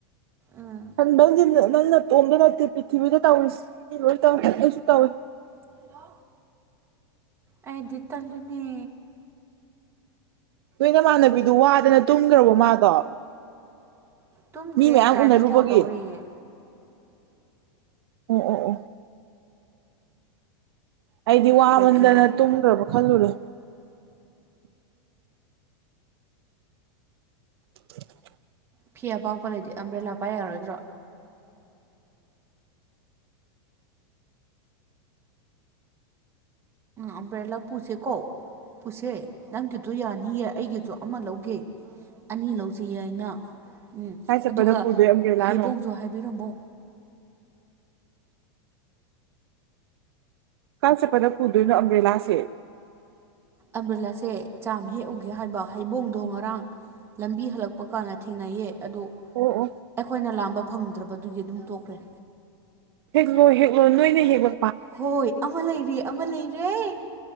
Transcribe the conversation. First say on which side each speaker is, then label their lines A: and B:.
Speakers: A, on the right; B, on the right.
A: ꯎꯝ
B: ꯅꯕꯪꯗꯤ ꯅꯪ ꯅꯇꯣꯝꯗꯤ ꯅꯠꯇꯦ ꯄ꯭ꯔꯤꯊꯤꯕꯤꯗ ꯇꯧꯏ ꯃꯤ ꯂꯣꯏꯁꯨ ꯇꯧ ꯀꯁꯨ ꯇꯧꯋꯦ
A: ꯍꯜꯂꯣ ꯑꯩꯗꯤ ꯇꯜꯂꯤꯅꯤ
B: ꯅꯣꯏ ꯅꯃꯥꯟꯅꯕꯤꯗꯨ ꯋꯥꯗꯅ ꯇꯨꯝꯒꯔꯥꯕꯣ ꯃꯥꯗꯣ
A: ꯇꯨꯝꯗ꯭ꯔꯤ
B: ꯃꯤ ꯃꯌꯥꯝ
A: ꯑꯁꯥꯏꯗ
B: ꯎꯅꯔꯨꯕꯒꯤ
A: ꯀꯣꯜ ꯇꯧꯔꯤꯌꯦ
B: ꯑꯣ ꯑꯣ ꯑꯣ ꯑꯩꯗꯤ ꯋꯥꯃꯟꯗꯅ
A: ꯀꯩ ꯐꯤꯅꯣ
B: ꯇꯨꯝꯂꯨꯔꯕ ꯈꯜꯂꯨꯔꯣ <unintelligible>
A: ꯐꯤ ꯑꯄꯥꯛꯄ ꯂꯩꯇꯗꯤ ꯑꯝꯕ꯭ꯔꯦꯂꯥ ꯄꯥꯏ ꯌꯥꯔꯣꯏꯗ꯭ꯔꯣ ꯑꯝꯕꯔ꯭ꯦꯂꯥ ꯄꯨꯁꯦꯀꯣ ꯄꯨꯁꯦ ꯅꯪꯒꯤꯗꯣ ꯌꯥꯅꯤꯌꯦ ꯑꯩꯒꯤꯗꯣ ꯑꯃ ꯂꯧꯒꯦ ꯑꯅꯤ ꯂꯧꯁꯤꯌꯦ ꯑꯩꯅ ꯎꯝ
B: ꯀꯥꯏ ꯆꯠꯄꯗ
A: ꯑꯗꯨꯒ
B: ꯄꯨꯗꯣꯏ ꯑꯝꯕ꯭ꯔꯦꯂꯥꯅꯣ
A: ꯍꯩꯕꯣꯡꯁꯨ ꯍꯥꯏꯕꯤꯔꯝꯃꯣ
B: ꯀꯥꯏ ꯆꯠꯄꯗ ꯄꯨꯗꯣꯏꯅꯣ ꯑꯝꯕ꯭ꯔꯦꯂꯥꯁꯦ
A: ꯑꯝꯕ꯭ꯔꯤꯂꯥꯁꯦ ꯆꯥꯝꯃ ꯍꯦꯛꯎꯒꯦ ꯍꯥꯏꯕ ꯍꯩꯕꯣꯡꯗꯣ ꯉꯔꯥꯡ ꯂꯝꯕꯤ ꯍꯜꯂꯛꯄ ꯀꯥꯟꯅ ꯊꯦꯡꯅꯩꯌꯦ ꯑꯗꯣ
B: ꯑꯣ ꯑꯣ
A: ꯑꯩꯈꯣꯏꯅ ꯂꯥꯝꯕ ꯐꯪꯗ꯭ꯔꯕꯗꯨꯒꯤ ꯑꯗꯨꯝ ꯇꯣꯛꯈ꯭ꯔꯦ
B: ꯍꯦꯛꯂꯣ ꯍꯦꯛꯂꯣ ꯅꯣꯏꯅ ꯍꯦꯛꯂ
A: ꯍꯣꯏ ꯑꯃ ꯂꯩꯔꯦ ꯑꯃ ꯂꯩꯔꯦ